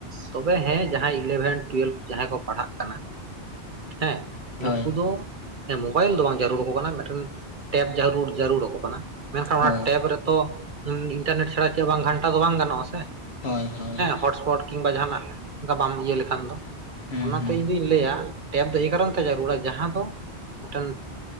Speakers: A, on the right (about 50°); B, on the left (about 65°).
A: ᱛᱚᱵᱮ ᱦᱮᱸ ᱡᱟᱦᱟᱸᱭ ᱤᱞᱮᱵᱷᱮᱱ ᱴᱩᱭᱮᱞᱵᱷ ᱡᱟᱦᱟᱸᱭ ᱠᱚ ᱯᱟᱲᱦᱟᱜ ᱠᱟᱱᱟ᱾ ᱦᱮᱸ᱾
B: ᱦᱳᱭ
A: ᱱᱩᱠᱩ ᱫᱚ ᱢᱳᱵᱟᱭᱤᱞ ᱫᱚ ᱵᱟᱝ ᱡᱟᱹᱨᱩᱲ ᱟᱠᱚ ᱠᱟᱱᱟ ᱢᱤᱫ ᱴᱮᱱ ᱴᱮᱯ ᱡᱟᱹᱨᱩᱲ ᱡᱟᱹᱨᱩᱲ ᱟᱠᱚ ᱠᱟᱱᱟ᱾ ᱢᱮᱱᱠᱷᱟᱱ
B: ᱦᱳᱭ
A: ᱚᱱᱟ ᱴᱮᱯ ᱨᱮᱛᱚ ᱤᱱᱴᱟᱨᱱᱮᱴ ᱪᱷᱟᱲᱟ ᱪᱮᱫ ᱵᱟᱝ ᱜᱷᱟᱱᱴᱟ ᱫᱚ ᱵᱟᱝ ᱜᱟᱱᱚᱜ ᱟᱥᱮ
B: ᱦᱳᱭ ᱦᱳᱭ
A: ᱦᱚᱴᱥᱯᱚᱴ ᱠᱤᱢᱵᱟ ᱡᱟᱦᱟᱱᱟᱜ ᱚᱱᱠᱟ ᱵᱟᱢ ᱤᱭᱟᱹ ᱞᱮᱠᱷᱟᱱ ᱫᱚ
B: ᱦᱩᱸ
A: ᱚᱱᱟᱛᱮ
B: ᱦᱩᱸ
A: ᱤᱧᱫᱩᱧ ᱞᱟᱹᱭᱟ ᱴᱮᱯ ᱫᱚ ᱮᱭ ᱠᱟᱨᱚᱱ ᱛᱮ ᱡᱟᱹᱨᱩᱲᱟ ᱡᱟᱦᱟᱸ ᱫᱚ ᱢᱤᱫ ᱴᱮᱱ